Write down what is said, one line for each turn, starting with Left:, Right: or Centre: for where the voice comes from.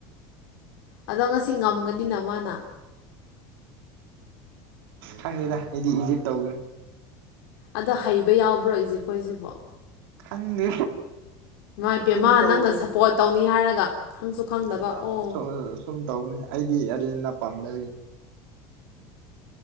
Left: ꯑꯗꯣ ꯉꯁꯤ ꯉꯝꯒꯅꯤꯅ ꯃꯥꯅ
Right: ꯈꯪꯅꯤꯗ ꯑꯩꯗꯤ ꯏꯖꯤꯞ ꯇꯧꯗꯣꯢꯅꯤ
Left: ꯑꯗꯣ ꯍꯩꯕ ꯌꯥꯎꯕ꯭ꯔꯣ ꯏꯖꯤꯞꯈꯣꯢꯁꯤꯕꯣ
Right: ꯈꯪꯗꯦ
Left: ꯏꯄꯦꯝꯃ
Right: ꯁꯨꯝ ꯇꯧꯕꯅꯤ
Left: ꯅꯪꯅ ꯁꯞꯄꯣꯔꯠ ꯇꯧꯅꯤ ꯍꯥꯏꯔꯒ ꯈꯪꯁꯨ ꯈꯪꯗꯕ
Right: ꯂꯥꯛ
Left: ꯑꯣ
Right: ꯁꯨꯝ ꯇꯧꯅꯤ <inaudible> ꯑꯩꯗꯤ ꯑꯥꯔꯖꯦꯟꯇꯤꯅꯥ ꯄꯥꯝꯗꯦ